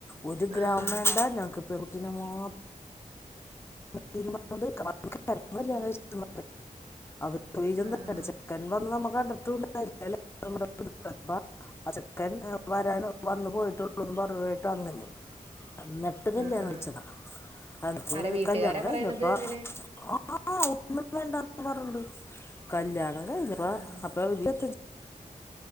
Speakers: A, on the left; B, on the right.
A: ഒരു ഗ്രാം
B: ആഹ്
A: വേണ്ട ഞങ്ങക്ക് പെങ്കുട്ടീനെ മാത്രം മതീന്ന് പറഞ്ഞോണ്ട് <unintelligible> കല്യാണം
B: ഉം
A: കഴിച്ചു <unintelligible>
B: ആഹ് ആഹ്
A: ചെക്കൻ വന്ന് നമ്മ കണ്ടിട്ടൂല <unintelligible> <unintelligible> ആ ചെക്കൻ വരാൻ
B: ഉം
A: വന്ന് പോയിട്ടു കുടുംബാ <unintelligible> ട്ടോ അങ്ങനെ അന്നട് ട്ട് കല്യാണം
B: ആഹ് ആഹ്
A: വിളിച്ചതാ അന്നട്ട്
B: ആരെ വീട്ടുകാരാ
A: കല്യാണം കഴിഞ്ഞ
B: പറയണത്
A: പ്പ
B: ഇങ്ങനെ
A: ആ ഒന്നും വേണ്ടാ പറഞ്ഞണ്ട് കല്യാണം <unintelligible>
B: ആഹ് ആഹ്
A: അപ്പ <unintelligible>